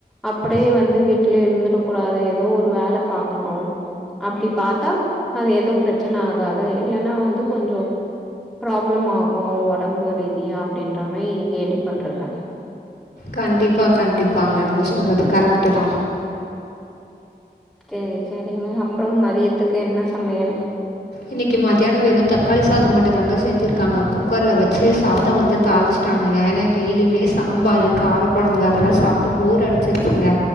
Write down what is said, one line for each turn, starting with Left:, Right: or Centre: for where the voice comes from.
Centre: அப்படியே வந்து வீட்லே இருந்துப்ப கூடாது ஏதோ ஒரு வேல பாக்கணு அப்டி பாத்தா அது ஏதோ பிரச்சன ஆகாத இல்லன்னா வந்து கொஞ்சோ ப்ராப்ளம் ஆகு ஒடம்பு ரீதியா அப்டின்ற மாரி கேள்விப்பட்ருக்க
Left: கண்டிப்பா கண்டிப்பாங்க நீங்க சொல்றது கரெக்ட்டுதா
Centre: செரி செரிங்க அப்ரோ மதியத்துக்கு என்ன சமையல்
Left: இன்னிக்கு மதியானோ வெறு தக்காளி சாத மட்டுதாங்க செஞ்சிருக்காங்க குக்கர்ல வச்சு சாத வந்து தாளிச் ட்டாங்கங்க ஏனா டெய்லியுமே சாம்பார் காரக்ககொழம்பு அதல்லா சாப்டு போர் அடிச்சிருச்சிங்க